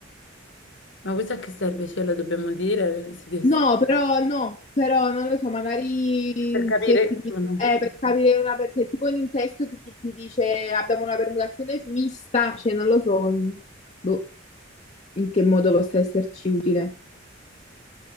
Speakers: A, on the left; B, on the left.
A: Ma questa a che serve? Ce la dobbiamo dire si des-
B: No, però no, però non lo so, magari
A: per capire
B: se ti
A: che
B: dice,
A: sono.
B: per capire una per- se tipo in un testo ti, ti- ti dice abbiamo una permutazione mista, cioè non lo so, mm, boh, in che modo possa esserci utile.